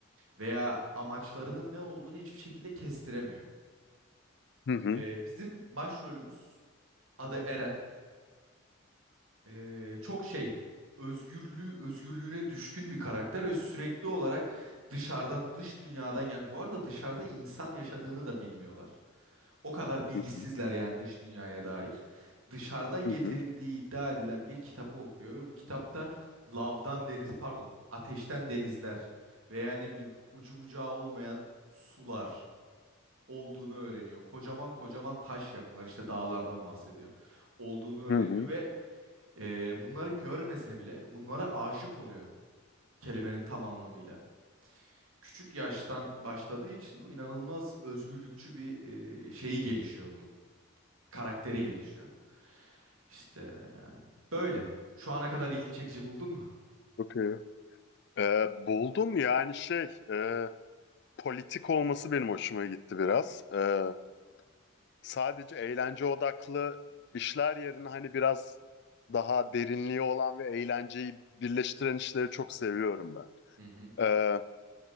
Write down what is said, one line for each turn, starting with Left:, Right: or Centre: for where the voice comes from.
Right: veya amaçlarının ne olduğunu hiçbir şekilde kestiremiyor.
Left: Hı hı.
Right: E, bizim başrolümüz adı Eren. E, çok şey özgürlüğü özgürlüğüne düşkün bir karakter ve sürekli olarak dışarıdan dış dünyadan yani bu arada dışarıda insan yaşadığını da bilmiyorlar. O kadar bilgisizler
Left: Hı hı.
Right: yani dış dünyaya dair. Dışarıdan getirildiği
Left: Hı hı.
Right: iddia edilen bir kitabı okuyor ve bu kitapta lavdan deniz pardon ateşten denizler veya ne bileyim ucu bucağı olmayan sular olduğunu öğreniyor. Kocaman kocaman taş yapılar işte dağlardan bahsediyor. Olduğunu öğreniyor
Left: Hı hı.
Right: ve e, bunları görmese bile bunlara aşık oluyor kelimenin tam anlamıyla. Küçük yaştan başladığı için bu inanılmaz özgürlükçü bir e, şeyi gelişiyor bunun karakteri gelişiyor. İşte yani böyle. Şu ana kadar ilgi çekici buldun mu?
Left: Çok iyi. Ee, buldum yani şey e, politik olması benim hoşuma gitti biraz. Ee, sadece eğlence odaklı işler yerine hani biraz daha derinliği olan ve eğlenceyi birleştiren işleri çok seviyorum ben.
Right: Hı hı.
Left: Ee,